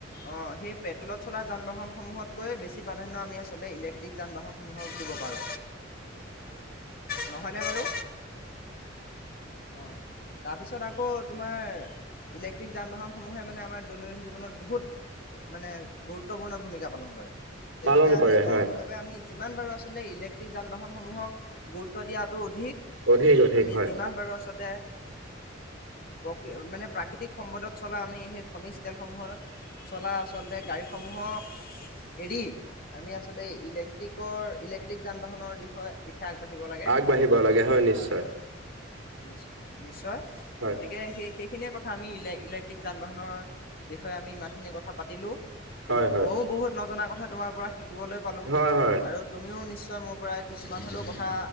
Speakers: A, on the left; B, on the right.
A: অঁ', সেই পেট্ৰলত চলা যান-বাহনসমূহতকৈ বেছি প্ৰাধান্য আমি আচলতে ইলেক্ট্ৰিক যান বাহন- সমূহক দিব পাৰো ন'। হয় নে বাৰু। অঁহ', তাৰপিছত আকৌ তোমাৰ ইলেক্ট্ৰিক যান বাহনসমূহে মানে আমাৰ দৈনন্দিন জীৱনত বহুত মানে বহুত- গুত্বপূৰ্ণ ভূমিকা পালন কৰে। সেইবাবে
B: পালন
A: আমি
B: কৰে
A: অঁ'
B: হয়
A: সেইবাবে আমি- যিমান পাৰো আচলতে ইলেক্ট্ৰিক যান-বাহনসমূহক- গুৰুত্ব দিয়াটো অধিক
B: অধিক
A: আমি-আমি
B: অধিক হয়
A: যিমান পাৰোঁ আচলতে- প্ৰকৃ' মানে প্ৰাকৃতিক সম্পদত চলা আমি সেই খনিজ তেলসমূহৰ- চলা আচলতে গাড়ীসমূহক এৰি আমি আচলতে ইলে- ক্ট্ৰিকৰ-ইলেক্ট্ৰিক যান-বাহনৰ দিশ-দিশে আগবাঢ়িব লাগে।
B: আগবাঢ়িব লাগে হয় নিশ্চয়
A: হয়-হয়। নি-নিশ্চয়।
B: হয়
A: গতিকে সেই সেইখিনিয়ে কথা আমি ইলে- ক্ট্ৰিক যান-বাহনৰ বিষয়ে আমি ইমানখিনি কথা পাতিলোঁ।
B: হয় হয়
A: মও বহুত নজনা কথা তোমাৰ পৰা শিকিবলৈ পালো।
B: হয় হয়
A: আৰু তুমিও নিশ্চয় মোৰ পৰা কিছুমান হ'লেও কথা